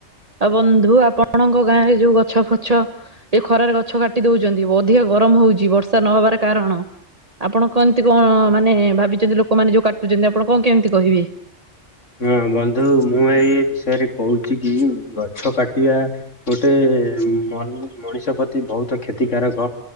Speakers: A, on the right; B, on the left.
A: ଆଉ ବନ୍ଧୁ ଆପଣଙ୍କ ଗାଁରେ ଯୋଉ ଗଛ ଫଛ ଏ ଖରାରେ ଗଛ କାଟି ଦଉଛନ୍ତି ଅଧିକା ଗରମ ହଉଛି ବର୍ଷା ନ ହେବାର କାରଣ ଆପଣ କ କଣ ମାନେ ଭାବିଛନ୍ତି ଲୋକମାନେ ଯୋଉ କାଟୁଚନ୍ତି ଆପଣ କଣ କେମିତି କହିବେ।
B: ହଁ ବନ୍ଧୁ! ମୁଁ ଏଇ ବିଷୟରେ କହୁଛି କି! ଗଛ କାଟିଆ ଗୋଟେ ଏ ମନ୍-ମଣିଷ ପ୍ରତି ବହୁତ କ୍ଷତିକାରକ